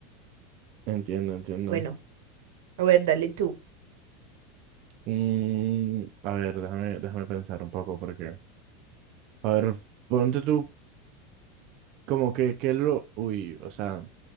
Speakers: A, on the right; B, on the right.
A: entiendo, entiendo.
B: Bueno, a ver, dale tú.
A: Mm, a ver, déjame, déjame pensar un poco porque, a ver, ponte tú. Como que, que lo... Uy, o sea,